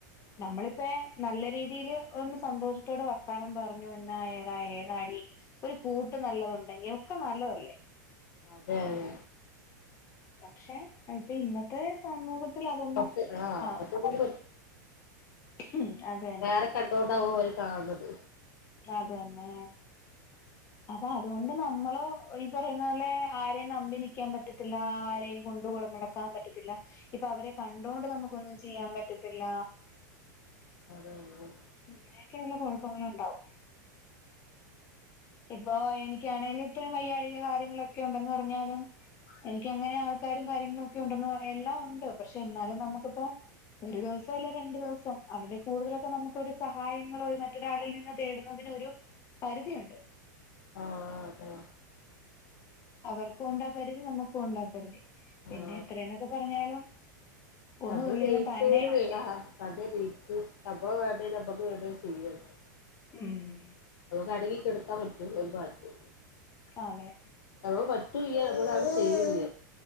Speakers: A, on the left; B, on the left.
A: ഉം
B: നമ്മളിപ്പ നല്ല രീതിയില് ഒന്ന് സന്തോഷത്തോട് വർത്താനം പറഞ്ഞു എന്നാ ഏതാ ഏതാടി ഒരു കൂട്ട് നല്ലതുണ്ടെങ്കി ഒക്കെ നല്ലതല്ലേ
A: അതെ അതെ
B: പക്ഷേ <unintelligible> ഇന്നത്തെ സമൂഹത്തിൽ അതൊന്നും
A: പത്ത് ആ
B: ആഹ്
A: പത്ത് ഇതില്
B: ഉം അതെ
A: വേറ കണ്ണോണ്ടാവും അവര് കാണണത്
B: അതന്നേ അപ്പൊ അതുകൊണ്ട് നമ്മള് ഈ പറയുന്ന പോലെ ആരെയും നമ്പി നിൽക്കാൻ പറ്റത്തില്ല ആരെയും കൊണ്ട് കൊടെ നട ക്കാൻ പറ്റത്തില്ല ഇപ്പൊ അവരെ കണ്ടോണ്ട് നമുക്കൊന്നും ചെയ്യാൻ പറ്റത്തില്ല
A: അതെ അതെ
B: ഇങ്ങനെയൊക്കെയുള്ള കൊഴപ്പങ്ങളുണ്ടാകും ഇപ്പ എനിക്കാണേലും ഇത്ര വയ്യാഴിക കാര്യങ്ങളൊക്കെ ഉണ്ടെന്ന് പറഞ്ഞാലും എനിക്ക് അങ്ങനെ ആൾക്കാരും കാര്യങ്ങളും ഒക്കെ ഉണ്ടന്ന് എല്ലാം ഉണ്ട് പക്ഷെ എന്നാലും നമുക്കിപ്പോ ഒരു ദിവസം അല്ലേ രണ്ടു ദിവസം അതിന്റെ കൂടുതലൊക്കെ നമുക്കൊരു സഹായങ്ങൾ മറ്റൊരാളിൽ നിന്ന് തേട് അതിനൊരു പരിധിയുണ്ട്.
A: ആഹ് അതേ
B: അവർക്കും ഉണ്ടാ പരുതി. നമ്മുക്കും ഉണ്ടാ പരുതി. പിന്നെ
A: ആ
B: എത്ര എന്നൊക്കെ പറഞ്ഞാലും ഒന്നും
A: നമ്മള്
B: ഇല്ലേലും
A: ജയി
B: തന്നെ
A: <unintelligible> ആഹ് നമ്മള് ജയിച്ചു. നമ്മള് വേണ്ടത് നമ്മക്ക് വേണ്ടത് ചെയ്യന്നേ.
B: ഉം
A: <unintelligible> അടങ്ങി കൊടുക്കാൻ പറ്റും ഒരു ഭാഗത്ത്
B: അതെ
A: അവക്ക് പറ്റൂല്ല. അതുപോല അവള് ചെയ്യൂല്ല.